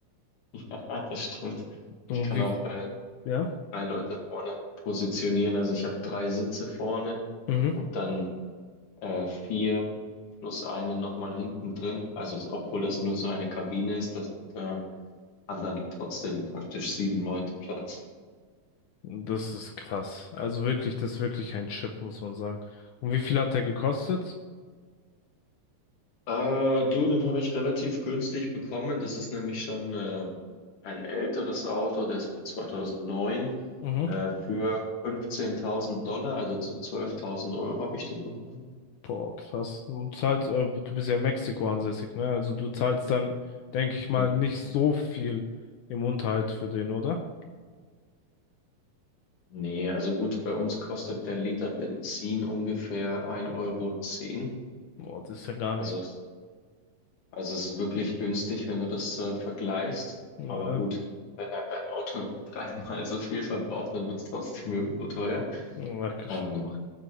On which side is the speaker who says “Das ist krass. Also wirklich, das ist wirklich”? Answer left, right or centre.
Left